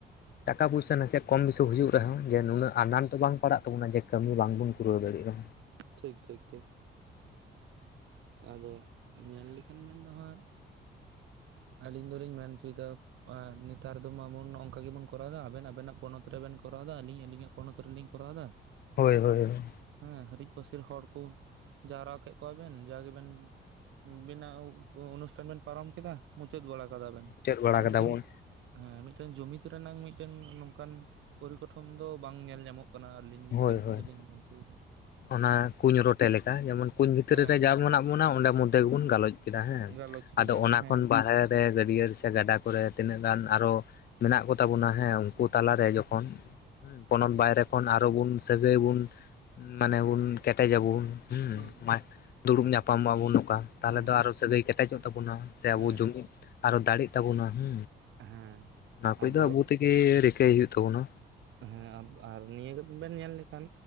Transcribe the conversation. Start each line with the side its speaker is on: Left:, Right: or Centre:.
Left: ᱴᱟᱠᱟ ᱯᱩᱭᱥᱟ ᱱᱟᱥᱮ ᱠᱚᱢ ᱵᱤᱥᱤ ᱦᱤᱡᱩᱜ ᱨᱮᱦᱚᱸ ᱡᱮ ᱱᱩᱱᱟᱹᱜ ᱟᱱᱟᱴ ᱫᱚ ᱵᱟᱝ ᱯᱟᱲᱟᱜ ᱛᱟᱵᱚᱱᱟ ᱡᱮ ᱠᱟᱹᱢᱤ ᱵᱟᱝᱼᱼ ᱵᱟᱵᱚᱱ <inaudible> ᱠᱩᱲᱟᱹᱣ ᱫᱟᱲᱮᱭᱟᱜᱼᱟ
Right: ᱴᱷᱤᱠ ᱴᱷᱤᱠ ᱴᱷᱤᱠ ᱾ ᱟᱫᱚ, ᱧᱮᱞ ᱞᱮᱠᱷᱟᱱ ᱢᱮᱱ ᱫᱚ ᱦᱟᱸᱜᱼᱼ ᱟᱹᱞᱤᱧ ᱫᱚᱞᱤᱧ ᱢᱮᱱ ᱚᱪᱚᱭᱮᱫᱟ ᱾ ᱟᱜ ᱱᱮᱛᱟᱨ ᱫᱚ ᱱᱚᱝᱠᱟ ᱜᱮᱵᱚᱱ ᱠᱚᱨᱟᱣᱮᱫᱟ, ᱟᱵᱮᱱ ᱟᱵᱮᱱᱟᱜ ᱯᱚᱱᱚᱛ ᱨᱮᱵᱮᱱ ᱠᱚᱨᱟᱣᱮᱫᱟ ᱟᱹᱞᱤᱧ ᱟᱹᱞᱤᱧᱟᱜ᱾ ᱯᱚᱱᱚᱛ ᱨᱮᱞᱤᱧ ᱠᱚᱨᱟᱣ ᱮᱫᱟ ᱾
Left: ᱦᱳᱭ ᱦᱳᱭ ᱾
Right: ᱦᱮᱸ ᱦᱤᱨᱤᱡ ᱯᱟᱹᱥᱤᱨ ᱦᱚᱲ ᱠᱚ, ᱡᱟᱣᱨᱟ ᱠᱮᱫ ᱠᱚᱣᱟ ᱾ ᱵᱮᱱ ᱡᱟᱜᱤ ᱵᱮᱱ ᱵᱤᱱᱟᱜ <unintelligible> ᱚᱱᱩᱥᱴᱷᱟᱱ ᱵᱮᱱ ᱯᱟᱨᱚᱢ ᱠᱮᱫᱟ ᱢᱩᱪᱟᱹᱫ ᱵᱟᱲᱟ ᱠᱟᱫᱟ ᱟᱵᱮᱱ
Left: ᱢᱩᱪᱟᱹᱫ ᱵᱟᱲᱟ
Right: ᱢᱟᱱᱮ
Left: ᱠᱟᱫᱟ
Right: ᱢᱤᱫᱴᱮᱱ,
Left: ᱵᱚᱱ
Right: ᱦᱮᱸ ᱢᱤᱫᱴᱮᱱ ᱡᱩᱢᱤᱫ ᱨᱮᱱᱟᱝ ᱢᱤᱫᱴᱮᱱ ᱱᱚᱝᱠᱟᱱᱼᱼ ᱯᱚᱨᱤᱠᱚᱴᱷᱚᱱ ᱫᱚ ᱵᱟᱝ ᱧᱮᱞ ᱧᱟᱢᱚᱜ ᱠᱟᱱᱟ ᱟᱹᱞᱤᱧ
Left: ᱦᱳᱭ
Right: ᱥᱮᱱ ᱠᱷᱚᱱ
Left: ᱦᱳᱭ
Right: ᱫᱚᱞᱤᱧ ᱢᱮᱱ ᱦᱚᱪᱚᱭᱮᱫᱟ ᱾
Left: ᱚᱱᱟ ᱠᱩᱧ ᱨᱚᱴᱮ ᱞᱮᱠᱟ, ᱡᱮᱢᱚᱱ ᱠᱩᱧ ᱵᱷᱤᱛᱨᱤ
Right: ᱦᱮᱸ
Left: ᱨᱮ ᱡᱟ ᱢᱮᱱᱟᱜ ᱵᱚᱱᱟ ᱚᱸᱰᱮ ᱢᱚᱫᱽᱫᱷᱮ ᱜᱮᱵᱚᱱ ᱜᱟᱞᱚᱪᱼᱼ ᱠᱮᱫᱟ ᱦᱮᱸ,
Right: ᱜᱟᱞᱚᱪ ᱠᱮᱫᱟ
Left: ᱟᱫᱚ
Right: ᱵᱚᱱ
Left: ᱚᱱᱟ
Right: ᱦᱮᱸ
Left: ᱠᱷᱚᱱ ᱵᱟᱦᱮᱨᱼᱼ ᱦᱮᱸ, ᱜᱟᱹᱰᱭᱟᱹ ᱥᱮ ᱜᱟᱰᱟ ᱠᱚᱨᱮ ᱛᱤᱱᱟᱹᱜ ᱜᱟᱱ ᱟᱨᱦᱚᱸ ᱢᱮᱱᱟᱜ ᱠᱚ ᱛᱟᱵᱚᱱᱟ, ᱦᱮᱸ ᱩᱱᱠᱩ ᱛᱟᱞᱟᱨᱮ
Right: ᱦᱮᱸ
Left: ᱡᱚᱠᱷᱚᱱᱼᱼ ᱯᱚᱱᱚᱛ ᱵᱟᱭᱨᱮ ᱠᱷᱚᱱ ᱟᱨᱚ ᱵᱚᱱ ᱥᱟᱹᱜᱟᱹᱭ ᱵᱚᱱ, ᱢᱟᱱᱮ ᱵᱚᱱ ᱠᱮᱴᱮᱡᱟᱵᱚᱱ ᱾ <unintelligible>
Right: ᱦᱮᱸ
Left: ᱫᱩᱲᱩᱵ ᱧᱟᱯᱟᱢᱚᱜ ᱵᱚᱱ ᱱᱚᱝᱠᱟ, ᱛᱟᱦᱚᱞᱮ
Right: ᱦᱮᱸ
Left: ᱫᱚ ᱟᱨᱦᱚᱸ ᱥᱟᱹᱜᱟᱹᱭ ᱠᱮᱴᱮᱡᱚᱜ ᱛᱟᱵᱚᱱᱟ᱾ ᱥᱮ
Right: ᱦᱮᱸ
Left: ᱟᱵᱚ ᱡᱩᱢᱤᱫ, ᱟᱨᱚ ᱫᱟᱲᱮᱜ ᱛᱟᱵᱚᱱᱟ, <unintelligible> ᱦᱩ
Right: ᱦᱮᱸ
Left: ᱚᱱᱟ ᱠᱚᱫᱚ
Right: ᱟᱫᱚ
Left: ᱟᱵᱚ <unintelligible> ᱜᱮ ᱨᱤᱠᱟᱹᱭ ᱦᱩᱭᱩᱜ ᱛᱟᱵᱚᱱᱟ।
Right: ᱦᱮᱸ ᱟᱨ ᱱᱤᱭᱟᱹᱵᱮᱱ ᱧᱮᱞ ᱞᱮᱠᱷᱟᱱ,